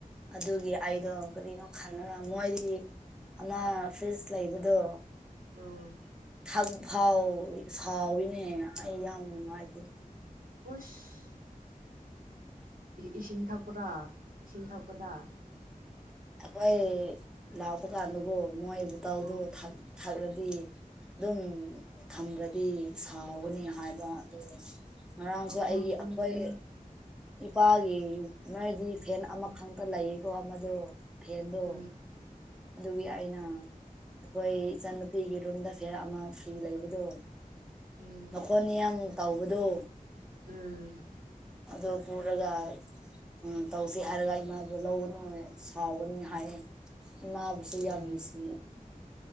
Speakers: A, in the centre; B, on the right (about 85°).
A: ꯑꯗꯨꯒꯤ ꯑꯩꯗꯣ ꯀꯔꯤꯅꯣ ꯈꯜꯂꯒ ꯃꯣꯏꯗꯤ ꯑ ꯐ꯭ꯔꯤꯖ ꯂꯩꯕꯗꯣ
B: ꯎꯝ
A: ꯊꯛ ꯐꯥꯎ ꯁꯥꯎꯋꯤꯅꯦ ꯑꯩ ꯌꯥꯝ ꯅꯨꯡꯉꯥꯏꯇꯦ
B: ꯑꯣꯁ ꯏꯁꯤꯡ ꯊꯛꯄ꯭ꯔꯥ ꯏꯁꯤꯡ ꯊꯛꯄꯗ
A: ꯑꯩꯈꯣꯏ ꯂꯥꯛꯄ ꯀꯥꯟꯗꯒꯣ ꯃꯣꯏ ꯕꯨꯇꯧꯗꯣ
B: ꯎꯝ
A: ꯊꯛꯂꯗꯤ ꯑꯗꯨꯝ ꯊꯝꯕꯗꯤ ꯁꯥꯎꯒꯅꯤ ꯍꯥꯏꯕ ꯑꯗꯨ ꯉꯔꯥꯡꯁꯨ
B: ꯑꯉꯛꯄꯅꯤꯍꯦ
A: ꯑꯩꯒꯤ ꯑꯩꯈꯣꯏ ꯏꯄꯥ ꯃꯣꯏꯗꯤ ꯐꯦꯟ ꯑꯃꯈꯛꯇ ꯂꯩꯌꯦꯀꯣ ꯑꯃꯗꯣ ꯐꯦꯟꯗꯣ
B: ꯎꯝ
A: ꯑꯗꯨꯒꯤ ꯑꯩꯅ ꯑꯩꯈꯣꯏ ꯏꯆꯟꯅꯨꯄꯤꯒꯤ ꯔꯨꯝꯗ ꯐꯤꯌꯥꯔ ꯑꯃ ꯐꯤꯔꯤ ꯂꯩꯕꯗꯣ
B: ꯎꯝ
A: ꯃꯈꯣꯟꯅꯤꯌꯥꯝ ꯇꯧꯕꯗꯨ
B: ꯎꯝ
A: ꯑꯗꯨꯗ ꯐꯨꯠꯂꯒ ꯎ ꯇꯧꯁꯤ ꯍꯥꯏꯔꯒ ꯏꯃꯥꯗ ꯂꯧꯒꯅꯨ ꯁꯥꯎꯒꯅꯤ ꯍꯥꯏꯌꯦ ꯏꯃꯥꯕꯨꯁꯨ
B: ꯎꯝ
A: ꯌꯥꯝ ꯅꯨꯡꯁꯤ